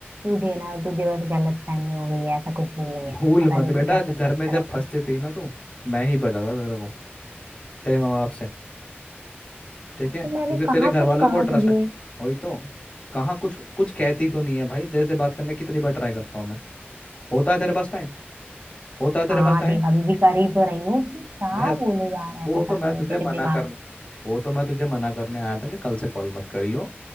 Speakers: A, on the right; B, on the left.
A: तुझे ना तुझे बस गलत फहमी हो गई है ऐसा कुछ भी नहीं
B: भूल
A: है पता
B: मत
A: नहीं
B: बेटा
A: तू क्या
B: घर
A: क्या सोचता
B: में जब
A: रहता
B: फंसते
A: है
B: थे ना तू मैं ही बताता था तेरे को तेरे माँ बाप से
A: हाँ
B: ठीक है
A: तो मैंने
B: क्योंकि तेरे
A: कहाँ
B: घर
A: कुछ
B: वालों
A: कहा
B: को ट्रस्ट
A: तुझे
B: है वही तो कहाँ कुछ कुछ कहती तो नहीं है भाई तेरे से बात करने की कितनी बार ट्राई करता हूँ मैं होता है तेरे पास टाइम होता है तेरे
A: हाँ
B: पास टाइम
A: देख अभी भी कर ही तो रही हूँ कि क्या
B: बहस
A: बोले जा रहा है
B: वो
A: पता
B: तो मैं
A: नहीं
B: तुझे
A: तेरे
B: मना
A: दिमाग
B: करने वो तो मैं तुझे मना करने आया था कि कल से कॉल मत करियो